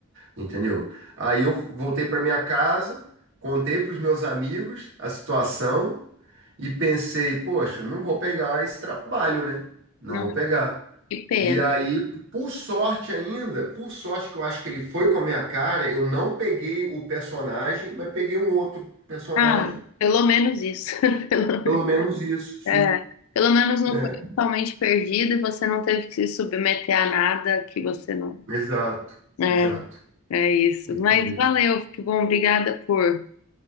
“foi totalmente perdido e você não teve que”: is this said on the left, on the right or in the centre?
Left